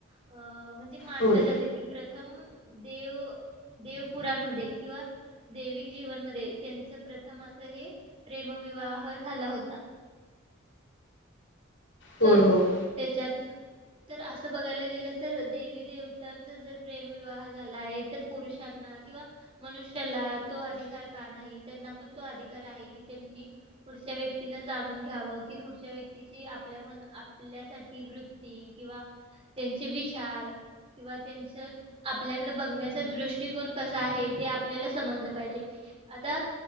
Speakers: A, on the right; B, on the left.
A: अ म्हणजे मानलं
B: होय
A: जातं की प्रथम देव देवपुरांमध्ये किंवा दैविक जीवनमध्ये त्यांच प्रथम अस हे प्रेमविवाह झाला होता.
B: होय
A: तर
B: होय.
A: तेच्यातन तर असं बघायला गेलं तर देवी देवतांचा जर प्रेमविवाह झाला आहे तर पुरुषांना किंवा मनुष्याला तो अधिकार का नाही त्यांना पण तो अधिकार आहे की त्यांनी पुढच्या व्यक्तीला जाणून घ्याव की पुढच्या व्यक्तीची आपल्या आपल्यासाठी वृत्ती किंवा त्यांचे विचार किंवा त्यांच्या आपल्याकडे बघण्याचा दृष्टिकोन कसा आहे ते आपल्याला समजलं पाहिजे आता.